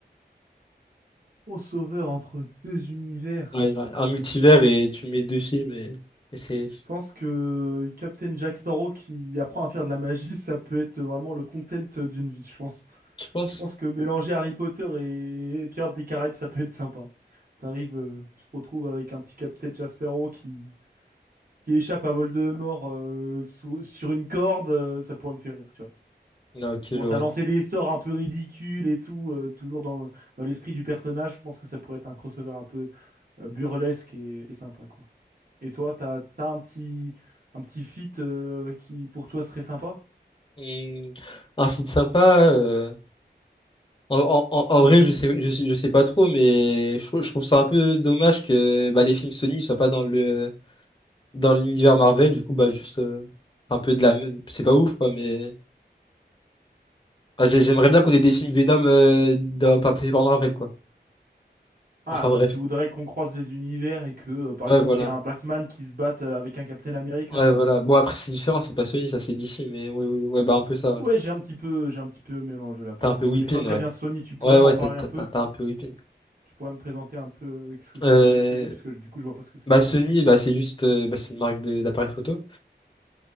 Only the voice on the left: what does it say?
Ouais, genre un multivers et tu mets deux films et, et c'est...
Tu penses?
Non, ok, je
vois.
Hmm, un film sympa... euh, En, en- en- en vrai, je sais, je, sais je sais pas trop, mais je, trou- je trouve ça un peu dommage que bah, les films Sony soient pas dans le dans l'univers Marvel. Du coup, bah juste euh, un peu de la même. C'est pas ouf, quoi, mais Ah, j'ai- j'aimerais bien qu'on ait des films Venom euh, dans- pas pris par Marvel, quoi.
Enfin
bref.
Ouais,
voilà.
Ouais,
voilà. Bon, après, c'est différent, c'est pas Sony, ça c'est DC, mais oui, oui, ouais, bah un peu ça.
ouais.
T'as un peu
whipping,
ouais.
Ouais,
ouais,
t'as t'as-
t'as- t'as un peu whipping.
Euh,
Bah Sony, bah c'est juste, euh, bah, c'est une marque de- d'appareil photo.